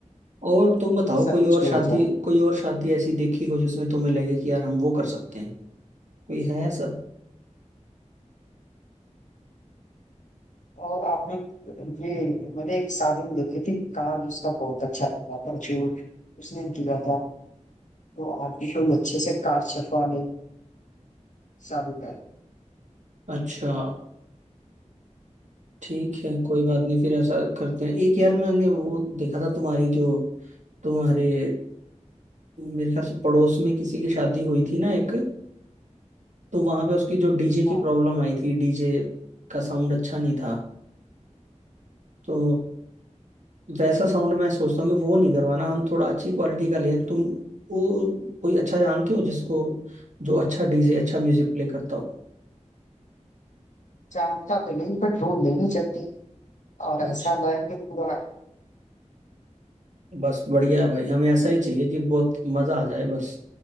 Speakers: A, on the right (about 75°); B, on the left (about 80°).
A: और तुम बताओ
B: फिर सब
A: कोई
B: कुछ
A: और
B: हो
A: शादी
B: जाए
A: कोई और शादी ऐसी देखी हो जिसमें तुम्हें लगे कि यार हम वो कर सकते हैं कोई है ऐसा
B: और आपने ये मैंने एक शादी में देखी थी कार्ड उसका बहुत अच्छा लगा था जो उसने किया था तो आप एकदम अच्छे से कार चफवा में साबित है
A: अच्छा ठीक है कोई बात नहीं फिर ऐसा करते हैं एक यार मैंने वो देखा था तुम्हारी जो तुम्हारे मेरे ख्याल से पड़ोस में किसी की शादी हुई थी ना एक तो वहां पे उसकी जो डीजे की
B: हाँ
A: प्रॉब्लम आई थी डीजे का साउंड अच्छा नहीं था तो वैसा साउंड मैं सोचता हूँ कि वो नहीं करवाना हम थोड़ा अच्छी क्वालिटी का लें तुम वो कोई अच्छा जानते हो जिसको जो अच्छा डीजे अच्छा म्यूजिक प्ले करता हो
B: जानता तो नहीं पर ढूंढ लेंगे जल्दी और
A: अच्छा
B: ऐसा लाएंगे पूरा
A: बस बढ़िया है भाई हमें ऐसा ही चाहिए कि बहुत मजा आ जाए बस